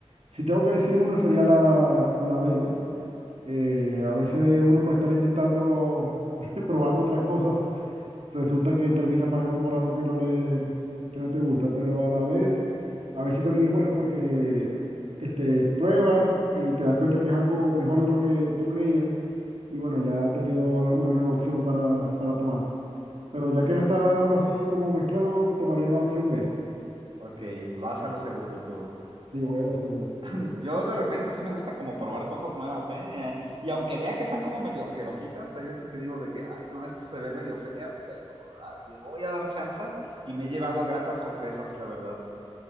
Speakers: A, on the right (about 80°); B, on the right (about 55°).
A: si tengo que decir una, sería la, la B, ¿no? Eh, a veces uno puede estar inventando, <laughs> probando otras cosas resulta que termina pagando por algo que no le, que no te gusta, pero a la vez, a veces también es bueno porque este, pruebas y te das cuenta que es algo mejor de lo que tú creías y bueno, ya te quedó al- una nueva opción para, para tomar. Pero ya
B: Sí,
A: que no está algo así como mezclado, tomaría la opción B.
B: ok, vas a lo seguro tú.
A: Sí, voy a lo seguro.
B: <laughs> Yo de repente sí me gusta como probar cosas nuevas, ¿eh? Eh, Y aunque vea que están como medio asquerositas, hay veces que digo de que, ay, no, esto se ve medio fea, pero a ver, le voy a dar chance y me he llevado gratas sorpresas, la verdad,